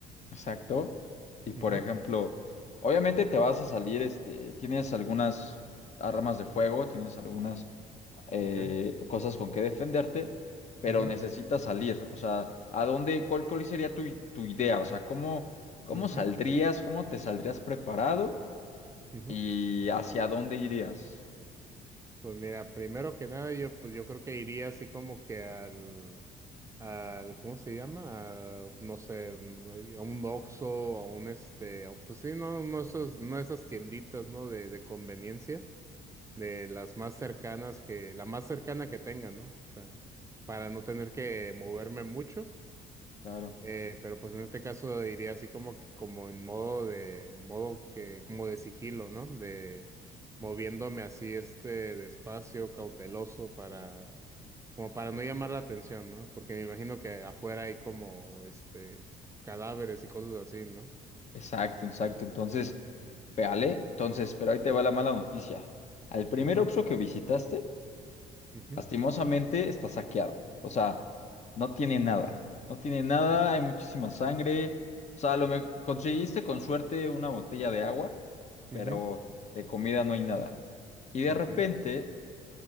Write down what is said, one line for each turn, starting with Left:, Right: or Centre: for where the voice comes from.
Left: Exacto. Y por
Right: Ujú,
Left: ejemplo, obviamente te vas a salir, este, tienes algunas armas de fuego, tienes algunas eh,
Right: ok,
Left: cosas con que defenderte, pero
Right: ujú,
Left: necesitas salir. O sea, ¿a dónde, cuál, cuál sería tu, tu idea? O sea, ¿cómo, cómo
Right: ujú,
Left: saldrías, cómo te saldrías preparado
Right: ujú.
Left: y hacia dónde irías?
Right: Pues mira, primero que nada yo pues yo creo que iría así como que al al, ¿cómo se llama? A, no sé, mm, a un Oxxo, a un este, a- pues sí, no, no esos, no esas tienditas, ¿no? De, de conveniencia, de las más cercanas que, la más cercana que tengan, ¿no? O sea, para no tener que moverme mucho.
Left: Claro.
Right: Eh, pero pues en este caso diría así como que como en modo de modo que como de sigilo, ¿no? De moviéndome así este despacio, cauteloso para como para no llamar la atención, ¿no? Porque me imagino que afuera hay como este cadáveres y cosas así, ¿no?
Left: Exacto, exacto. Entonces, véale. Entonces, pero ahí te va la mala noticia. Al primer
Right: Ajá.
Left: Oxxo que visitaste,
Right: mhm
Left: Lastimosamente está saqueado. O sea, no tiene nada. No tiene nada, hay muchísima sangre. O sea, lo me conseguiste con suerte una botella de agua,
Right: mhm
Left: pero de comida no hay nada. Y de
Right: Okay.
Left: repente,